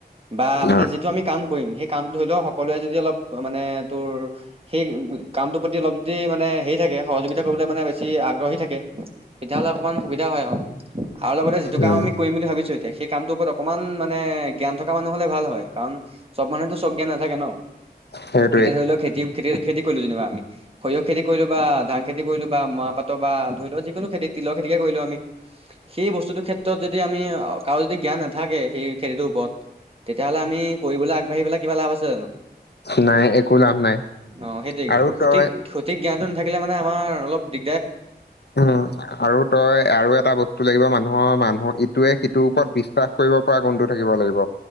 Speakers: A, on the right; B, on the left.
A: বা মানে
B: অ',
A: যি টো আমি কাম কৰিম সেই কামটো ধৰি ল' সকলোৱে যদি অলপ মানে তোৰ সেই কামটোৰ প্ৰতি অলপ যদি মানে হেৰি থাকে, সহযোগিতা কৰিবলৈ মানে বেছি আগ্ৰহী থাকে। তেতিয়াাহ'লে অকণমান সুবিধা হয়, আৰু, আৰু লগতে যিটো
B: উম,
A: কাম আমি কৰিম বুলি ভাবিছোঁ সেই কামটোৰ ওপৰত অকমান মানে জ্ঞান থকা মানুহ হলে ভাল হয়, কাৰণ চব মানুহেতো চব জ্ঞান নাথাকে ন!
B: সেইটোৱে
A: এতিয়া ধৰি ল' খেতি, খেতি, খেতি কৰিলোঁ আমি সৰিয়হ খেতি কৰিলোঁ বা ধান খেতি কৰিলোঁ বা ম'ৰাপাটৰ বা ধৰি লওঁ যিকোনো খেতিত তিলৰ খেতিকে কৰিলোঁ আমি, সেই বস্তুটোৰ ক্ষেত্ৰত যদি আমি কাৰো যদি জ্ঞান নাথাকে সেই খেতিটোৰ ওপৰত তেতিয়াহ'লে আমি কৰিবলৈ আগবাঢ়ি পেলাই কিবা লাভ আছে জানো!
B: নাই, একো লাভ নাই।
A: অ', সেইটো
B: আৰু
A: সঠিক,
B: তই
A: সঠিক জ্ঞানতটো নাথাকিলে মানে আমাৰ অলপ দি
B: উম, আৰু তই আৰু এটা বস্তু লাগিব মানুহৰ, মানুহ ইটোৱে সিটোৰ ওপৰত বিশ্বাস কৰিব পৰা গুণটো থাকিব লাগিব।